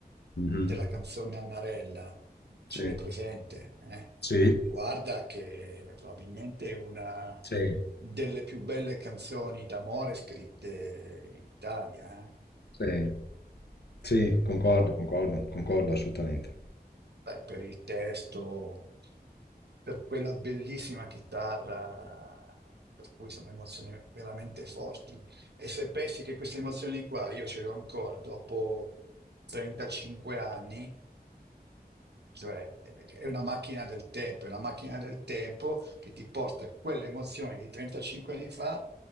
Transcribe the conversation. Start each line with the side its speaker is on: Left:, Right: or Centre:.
Left: Mhm.
Right: della canzone Annarella, ce
Left: Sì,
Right: l'hai presente? eh?
Left: sì.
Right: Guarda che probabilmente è una
Left: Sì,
Right: delle più belle canzoni d'amore scritte in Italia, eh?
Left: sì, sì,
Right: Mm.
Left: concordo, concordo, concordo assolutamente.
Right: Beh, per il testo, per quella bellissima chitarra, per cui sono emozioni veramente forti. E se pensi che queste emozioni qua io ce le ho ancora dopo 35 anni, Cioè, eh, è una macchina del tempo, è una macchina del tempo che ti porta quell'emozione di 35 anni fa